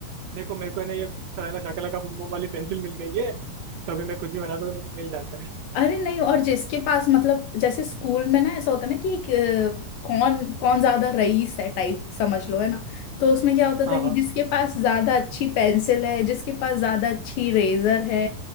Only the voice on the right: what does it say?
देखो मेरे को है ना ये है ना शकला का बम बम वाली पेंसिल मिल गई है तो अभी मैं कुछ भी बनाता हूँ तो मेरे को मिल जाता है
हाँ
हाँ